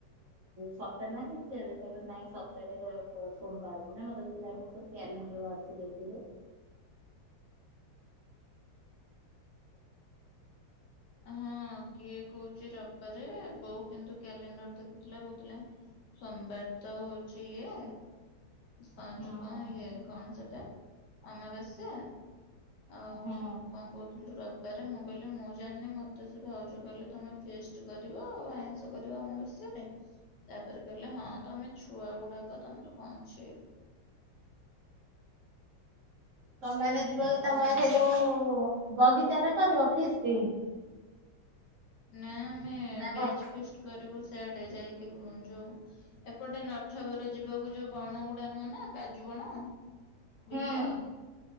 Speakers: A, on the right; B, on the left.
A: ସତେ ନା ମିଛରେ? କହିଲେ ନାଇଁ ସତରେ ସୋମବାର ଦିନ ମତେ କହିଲେ ଜାଉନୁ ତୁ କ୍ୟାଲେଣ୍ଡର ଅଛି ଦେଖିବୁ।
B: ହଁ କିଏ କହୁଛି ରବବାରେ ବୋଉ କିନ୍ତୁ କ୍ୟାଲେଣ୍ଡର ଦେଖୁଥିଲା କହୁଥିଲା ସୋମବାର ତ ହଉଚି ଇଏ ସଜୁ
A: ହଁ
B: କଣ ଇଏ କଣ ସେଟା ଅମାବାସ୍ୟା। ଆଉ
A: ହଁ
B: କଣ? କହୁଥିଲୁ ରବବାରେ ମୁଁ କହିଲି ମୁଁ ଜାଣିନି ମତେ ସେ ଭାଉଜ କହିଲେ ତମେ ଫିଷ୍ଟ କରିବ ଆଉ ଆଇଁସ କରିବ ଅମାବାସ୍ୟାରେ? ତାପରେ କହିଲେ ହଁ ତମେ ଛୁଆ ଗୁଡାକ ତମର କଣ ଅଛି।
A: ତମେମାନେ ଯିବ
B: ଏଇଆ
A: କି ତମର
B: ଆଉ
A: ସେ ଯୋଉ ବଗିଚାରେ କରିବ ଫିଷ୍ଟ?
B: ନା ଆମେ
A: ନା କଣ
B: ବ୍ୟାଚ ଫିଷ୍ଟ କରିବୁ ସିଆଡେ ଯାଇକି ଯୋଉ ଏପଟେ ନଠୁଆବର ଯିବାକୁ ଯୋଉ ବଣଗୁଡା ନୁହଁ ନା କାଜୁ ବଣ?
A: ହୁଁ
B: ବିଲ